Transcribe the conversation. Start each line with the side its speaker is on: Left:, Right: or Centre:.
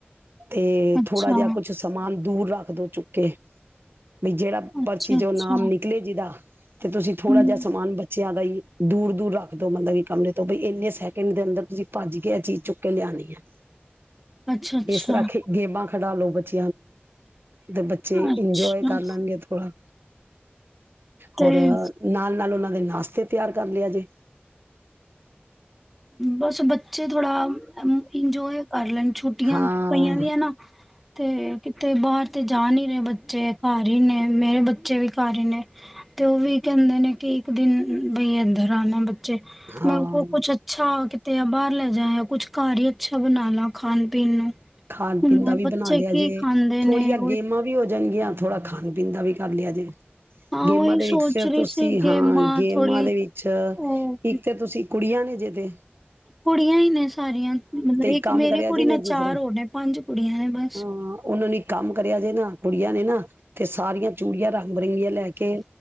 Right: ਤੇ
Centre: ਅੱਛਾ
Right: ਥੋੜ੍ਹਾ ਜਿਹਾ ਕੁਛ ਸਮਾਨ ਦੂਰ ਰੱਖ ਕਦੋਂ ਚੁੱਕੇ ਬਈ ਜਿਹੜਾ
Centre: ਅੱਛਾ
Right: ਪਰਚੀ ਚੋਂ
Centre: ਅੱਛਾ
Right: ਨਾਮ ਨਿਕਲੇ ਜਿਹਦਾ ਤੇ ਤੁਸੀਂ ਥੋੜ੍ਹਾ
Centre: ਹਮ
Right: ਜਿਹਾ ਸਮਾਨ ਬੱਚਿਆਂ ਦਾ ਹੀ ਦੂਰ ਦੂਰ ਰੱਖ ਦਿਓ ਬੰਦਾ ਵੀ ਕਮਰੇ ਤੋਂ ਬ ਇੰਨੇ ਸੈਕਿੰਡ ਦੇ ਅੰਦਰ ਤੁਸੀਂ ਭੱਜ ਕੇ ਇਹ ਚੀਜ਼ ਚੁੱਕ ਕੇ ਲਿਆਉਣੀ ਹੈ
Centre: ਅੱਛਾ ਅੱਛਾ
Right: ਇਸ ਤਰ੍ਹਾਂ ਖ ਗੇਮ ਖੜਾ ਲੋ <unintelligible> ਤੇ ਬੱਚੇ
Centre: ਅੱਛਾ
Right: ਇੰਜੋਏ ਕਰ ਲੈਣਗੇ ਥੋੜ੍ਹਾ
Centre: ਤੇ
Right: ਹੋਰ ਨਾਲ ਨਾਲ ਉਹਨਾ ਦੇ ਨਾਸ਼ਤੇ ਤਿਆਰ ਕਰ ਲਿਆ ਜੇ
Centre: ਬਸ ਬੱਚੇ ਥੋੜਾ ਇੰਜੋਏ ਕਰ ਲੈਣ ਛੁੱਟੀਆਂ
Right: ਹਾਂ
Centre: ਪਈਆਂ ਦੀਆਂ ਨਾ ਤੇ ਕਿਤੇ ਬਾਹਰ ਤੇ ਜਾ ਨ ਰਹੇ ਬੱਚੇ ਘਰ ਹੀ ਨੇ ਮੇਰੇ ਬੱਚੇ ਵੀ ਘਰ ਹੀ ਨੇ ਤੇ ਉਹ ਵੀ ਕਹਿੰਦੇ ਨੇ ਕਿ ਇੱਕ ਦਿਨ ਬਈ ਇੱਧਰ ਆਉਣਾ
Right: ਹਾਂ
Centre: ਮੈਂ ਉਹ ਕੁਛ ੱਛ ਕਿਤੇ ਆ ਬਾਹਰ ਲੈ ਜਾਇ ਆ ਕੁਛ ਘਰ ਹੀ ਅੱਛਾ ਬਣਾ ਲਾ ਖਾਣ ਪੀਣ ਨੂੰ
Right: ਖਾਣ
Centre: ਹੂੰ,
Right: ਪੀਣ ਦਾ ਵੀ
Centre: ਬੱਚੇ
Right: ਬਣਾ ਲਿਆ
Centre: ਕੀ
Right: ਜੇ
Centre: ਖਾਂਦੇ
Right: ਥੋੜ੍ਹੀ
Centre: ਨੇ
Right: ਜਿ
Centre: ਉਹੀ
Right: ਗੇਮਾਂ ਵੀ ਹੋ ਜਾਣਗੀਆਂ ਥੋੜਾ ਖਾਣ ਪੀਣ ਦਾ ਵੀ ਕਰ ਲਿਆ ਜੇ
Centre: ਹਾਂ
Right: ਗੇਮਾਂ
Centre: ਉਹੀ
Right: ਦੇ
Centre: ਸੋਚ
Right: ਵਿੱਚ,
Centre: ਰਹੀ
Right: ਤੁਸੀਂ
Centre: ਸੀ
Right: ਹਾਂ ਗੇਮਾਂ
Centre: ਥੋੜ੍ਹੀ
Right: ਦੇ ਵਿੱਚ,
Centre: ਉਹ
Right: ਇੱਕ ਤਾਂ ਤੁਸੀਂ ਕੁੜੀਆਂ ਨੇ ਜੇ ਅਤੇ
Centre: ਕੁੜੀਆਂ ਹੀ ਨੇ ਸਾਰੀਆਂ, ਮਤਲਬ ਇੱਕ
Right: ਕੰਮ
Centre: ਮੇਰੀ
Right: ਕਰਿਆ
Centre: ਕੁੜੀ
Right: ਜੇ
Centre: ਨੇ
Right: ਨਾ
Centre: ਚਾਰ
Right: ਜਿਸ ਤਰ੍ਹਾਂ
Centre: ਹੋਰ ਨੇੇ ਪੰਜ ਕੁੜੀਆਂ ਨੇ
Right: ਹਾਂ
Centre: ਬਸ।
Right: ਉਹਨਾਂ ਨੇ ਕੰਮ ਕਰਿਆ ਜੇ ਨਾ ਕੁੜੀਆਂ ਨੇ ਨਾ ਤੇ ਸਾਰੀਆਂ ਚੂੜੀਆਂ ਰੱਖ ਬਰਿੰਗੀਆਂ ਲੈ ਕੇ